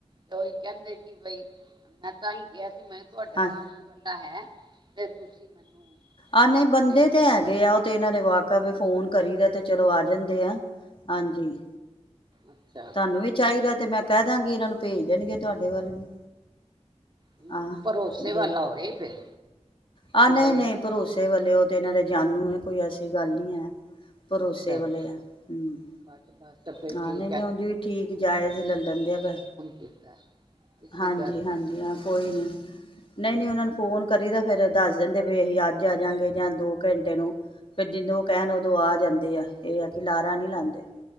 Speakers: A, on the right; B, on the left.
A: ਤੇ ਉਹੀ ਕਹਿੰਦੇ ਕਿ ਬਈ, ਮੈਂ ਤਾਂ ਹੀ ਕਿਹਾ ਸੀ ਮੈਂ ਤੁਹਾਡਾ
B: ਹਾਂ
A: ਬਿਜਲੀ ਵਾਲਾ ਤਾਂ ਹੈ, ਤੇ ਤੁਸੀਂ ਮੈਨੂੰ ਅਹ,
B: ਆਹ ਨਹੀਂ ਬੰਦੇ
A: ਭੇਜ
B: ਤੇ
A: ਦਿਓ
B: ਹੈਗੇ ਆ, ਉਹ ਤੇ ਇਹਨਾਂ ਦੇ ਵਾਕ ਕਵੇ ਫੋਨ ਕਰੀ ਦਾ ਤੇ ਚਲੋ ਆ ਜਾਂਦੇ ਆ, ਹਾਂਜੀ।
A: ਅੱਛਾ
B: ਤਾਨੂ ਵੀ ਚਾਹੀਦਾ ਤੇ ਮੈਂ ਕਹਿਦਾਂਗੀ ਇਨ੍ਹਾਂ ਨੂੰ, ਭੇਜ ਦੇਣਗੇ ਤੁਹਾਡੇ ਵੱਲ ਵੀ।
A: ਹਮ,
B: ਆਂ
A: ਭਰੋਸੇ
B: ਜੇ,
A: ਵਾਲਾ ਹੋਏ ਫਿਰ
B: ਆਹ
A: ਤੇ
B: ਨਹੀਂ
A: ਬਈ
B: ਨਹੀਂ
A: ਅੱਛਾ
B: ਭਰੋਸੇ
A: ਕੰਮ
B: ਵਾਲੇ
A: ਕਰਦਾ
B: ਉਹ ਤੇ ਇਨ੍ਹਾਂ ਦੇ ਜਾਨੂ ਏ। ਕੋਈ ਐਸੀ ਗੱਲ ਨਹੀਂ ਹੈ। ਭਰੋਸੇ
A: ਅੱਛਾ
B: ਵਾਲੇ
A: ਅੱਛਾ
B: ਆ
A: ਅੱਛਾ,
B: ਹੂੰ
A: ਬਸ ਬਸ ਫਿਰ
B: ਹਾਂ
A: ਠੀਕ
B: ਨਹੀਂ ਨਹੀਂ
A: ਐ।
B: ਉਂਝ ਵੀ ਠੀਕ ਜਾਇਜ਼ ਲੈ ਲੈਂਦੇ ਵੈ।
A: ਕੀਤਾ ਇਸੇ
B: ਹਾਂਜੀ
A: ਕਰਕੇ
B: ਹਾਂਜੀ ਹਾਂ ਕੋਈ ਨੀ,
A: ਹਮ,
B: ਨਹੀਂ ਨਹੀਂ ਉਨ੍ਹਾਂ ਨੂੰ ਫੋਨ ਕਰ ਤਾਂ ਫੇਰ ਦੱਸ ਜਾਦੇ ਵੀ ਅਸੀਂ ਅੱਜ ਆ ਜਾਂਗੇ ਜਾਂ ਦੋ ਘੰਟੇ ਨੂੰ। ਫੇਰ ਜਿੰਦੋਂ ਉਹ ਕਹਿਣ
A: ਅੱਛਾ
B: ਉਦੋਂ ਆ ਜਾਂਦੇ ਆ। ਇਹ ਆ ਕਿ ਲਾਰਾ
A: ਅੱਛਾ
B: ਨੀ ਲਾਂਦੇ।